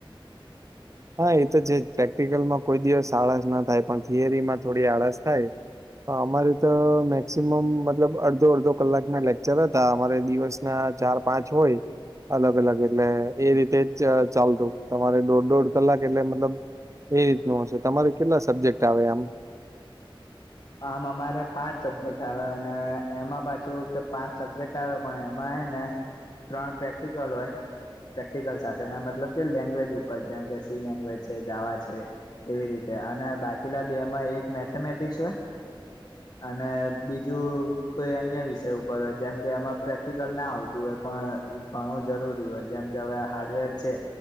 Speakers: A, on the right; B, on the left.
A: હા એ તો છે પ્રેક્ટિકલમાં કોઈ દિવસ આળસ ના થાય પણ થિયરી માં થોડી આળસ થાય. અમારે તો મેક્સિમમ મતલબ અડધો અડધો કલાક ના લેક્ચર હતા અમારે દિવસના ચાર પાંચ હોય અલગ અલગ એટલે એ રીતે જ ચાલતું તમારે દોઢ દોઢ કલાક એટલે મતલબ એ રીતનું હશે તમારે કેટલા સબ્જેક્ટ આવે આમ
B: આમ અમારે પાંચ સબ્જેક્ટ આવે અને એમાં પાછું કે પાંચ સબ્જેક્ટ આવે પણ એમાં એ ને ત્રણ પ્રેક્ટિકલ હોય. પ્રેક્ટિકલ સાથે મતલબ કે લેંગ્વેજ ઉપર જેમ કે સી લેંગ્વેજ છે જાવા છે. એવી રીતે અને બાકીલા બે માં એક મેથેમેટિક્સ હોય અને બીજું, કોઈ અન્ય વિષય ઉપર હોય, જેમ કે એમાં પ્રેક્ટિકલ ના આવતું હોય, પણ ભણવું જરૂરી હોય, જેમ કે હવે હાર્ડવેર છે.